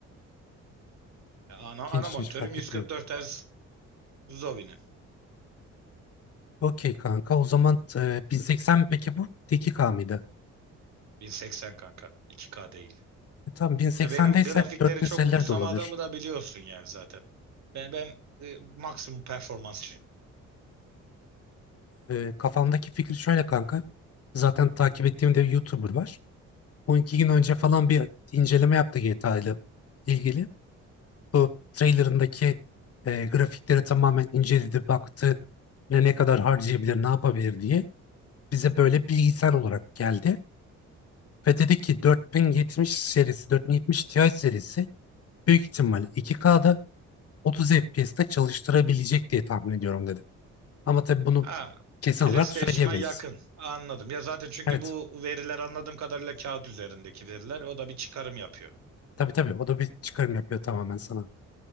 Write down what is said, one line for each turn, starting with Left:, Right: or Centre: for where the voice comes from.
Right: Ya ana,
Left: İkinci,
Right: ana monitörüm
Left: üçüncü fark
Right: 144
Left: etmiyor.
Right: Hz Zowie'nin.
Left: Okey kanka o zaman e, 1080 mi peki bu? 2K mıydı?
Right: 1080 kanka. 2K değil.
Left: E, tamam 1080'de
Right: Ya benim
Left: ise
Right: grafikleri
Left: 4050'ler
Right: çok umursamadığımı
Left: de olabilir.
Right: da biliyorsun yani zaten. Ben ben e, maksimum performansçıyım.
Left: Ee, kafamdaki fikir şöyle kanka. Zaten takip ettiğim de bir YouTuber var. 12 gün önce falan bir inceleme yaptı GTA ile ilgili. Bu trailerındaki e, grafikleri tamamen inceledi, baktı. Ne ne kadar harcayabilir, ne yapabilir diye. Bize böyle bilgisayar olarak geldi. Ve dedi ki 4070 serisi, 4070 Ti serisi büyük ihtimalle 2K'da 30 FPS'te çalıştırabilecek diye tahmin ediyorum dedi. Ama tabii bunu
Right: Ha,
Left: kesin
Right: PlayStation'a
Left: olarak söyleyemeyiz.
Right: yakın. Anladım. Ya zaten çünkü
Left: Evet.
Right: bu veriler anladığım kadarıyla kağıt üzerindeki veriler. O da bir çıkarım yapıyor.
Left: Tabii tabii o da bir çıkarım yapıyor tamamen sana.